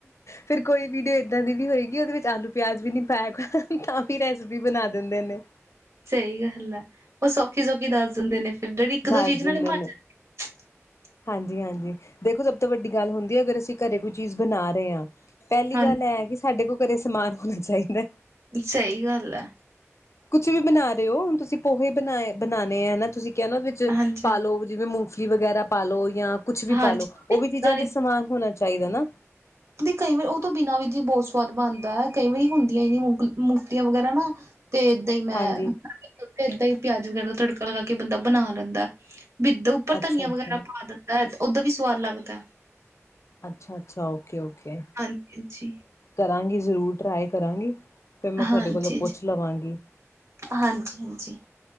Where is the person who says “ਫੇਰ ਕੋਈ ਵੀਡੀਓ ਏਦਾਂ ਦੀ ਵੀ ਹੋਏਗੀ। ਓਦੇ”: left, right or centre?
Left